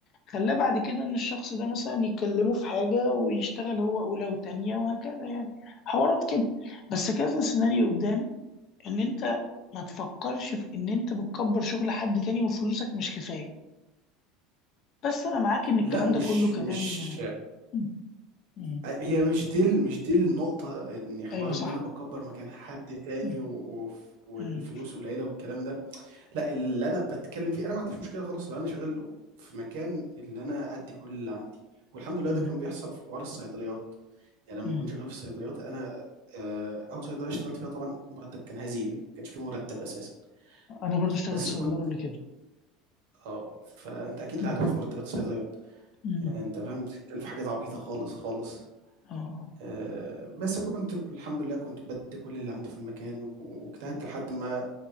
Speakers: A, on the left (about 50°); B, on the right (about 70°).
A: خلاه بعد كده ان الشخص ده مثلا يكلمه في حاجة ويشتغل هو اولى وتانية وهكذا يعني حوارات كده بس كذا سيناريو قدام ان انت ما تفكرش في ان انت بتكبر شغل حد تاني وفلوسك مش كفاية بس انا معاك ان الكلام
B: لأ مش
A: ده كله كلام
B: مش
A: مم. مم.
B: أ هي مش دي ال مش دي النقطة، إن حوار
A: ايوه صح
B: إن أنا باكبّر مكان حد تاني
A: مم.
B: و وف والفلوس
A: مم.
B: قليلة والكلام ده، لأ اللي أنا باتكلّم فيه أنا ما عنديش مشكلة خالص لو أنا شغال و في مكان اللي أنا أدّي كل اللي عندي، والحمد لله
A: مم.
B: ده كان بيحصل في حوار الصيدليات. يعني لمّا
A: مم.
B: كنت شغّال في الصيدليات أنا آآ أول صيدلية اشتغلت فيها طبعًا المرتّب كان هزيل، ما كانش في مرتّب أساسًا،
A: انا برضو اشتغلت
B: بس
A: صيدلية
B: كنت
A: قبل كده
B: آه، فأنت أكيد
A: مم.
B: عارف مرتّبات الصيدليات،
A: مم.
B: يعني أنت فاهم بتتكلّم في حاجات عبيطة خالص، خالص
A: اه آه.
B: آآ، بس كنت الحمد لله كنت بادّي كل اللي عندي في المكان واجتهدت لحد ما